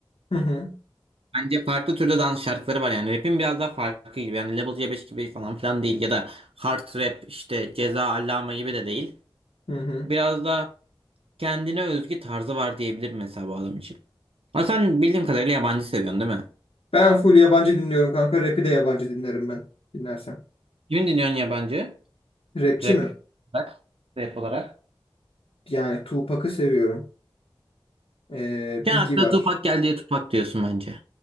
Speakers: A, on the left; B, on the right.
A: Hı hı.
B: Bence farklı türde dans şarkıları var yani. Rap'in biraz daha farklı gibi. Yani Level C5 gibi falan filan değil. Ya da hard rap işte Ceza Allame gibi de değil.
A: Hı hı.
B: Biraz da kendine özgü tarzı var diyebilir mesela bu adam için. Ama sen bildiğim kadarıyla yabancı seviyorsun değil mi?
A: Ben full yabancı dinliyorum kanka. Rap'i de yabancı dinlerim ben. Dinlersem.
B: Kimin dinliyorsun yabancı?
A: Rapçi
B: Rap.
A: mi?
B: Bak. Rap olarak.
A: Yani Tupac'ı seviyorum. Ee,
B: Sen
A: Biggie
B: akla
A: var.
B: Tupac geldi diye Tupac diyorsun bence.